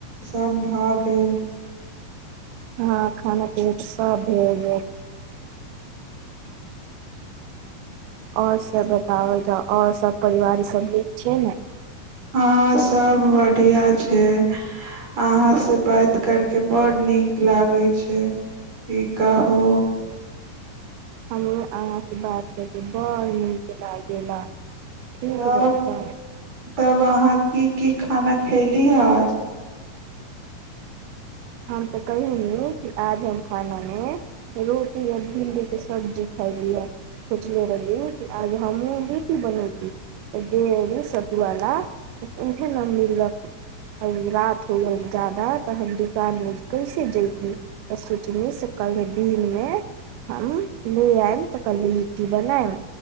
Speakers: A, on the right; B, on the right.
A: सभ भऽ गेल
B: हँ खाना पीैना सब भ गेल आओर से बतावल जाउ आओर सभ परिवार ईसभ भी छियै ने
A: हँ सब बढ़िआं छै अहाँ से बात करके बड़ नीक लागै छै की कहू
B: हमरो अहाँ से बात बड़ नीक लागेला ठीक
A: तब
B: बा तऽ
A: तब अहाँ की की खाना खयली हन
B: हम
A: बै
B: तऽ कहिनी कि आज हम खाना मे रोटी आ भिंडी के सब्जी खैली ह सोचले रहलली आज हमहूँ लिटी बनैती एदेद सतवाला ऽ उएहे ने मम्मी लग आ रात हो गेल ज्यादा तऽ हम दकानमे कैसे जयैती तऽ सोचली से कलिह दिनमे हम ले आयब तऽ कहलै लिट्टी बनायब